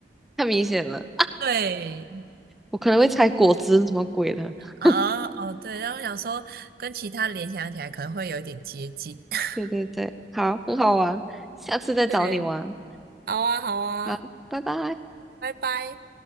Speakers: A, in the centre; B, on the right.
A: 太明显了，
B: 对，
A: 我可能会猜果汁什么鬼的。<laughs>
B: 啊哦对，然后我想说跟其他联想起来可能会有一点接近，<laughs>
A: 对对对，好，很好玩，下次再找你玩。
B: 对，好啊好啊，
A: 好，拜拜。
B: 拜拜。